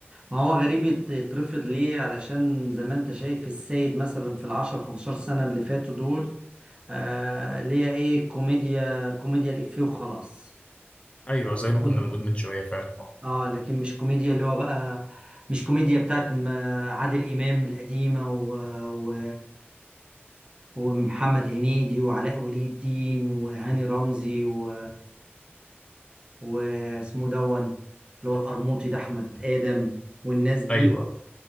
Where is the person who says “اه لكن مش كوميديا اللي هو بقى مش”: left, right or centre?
Right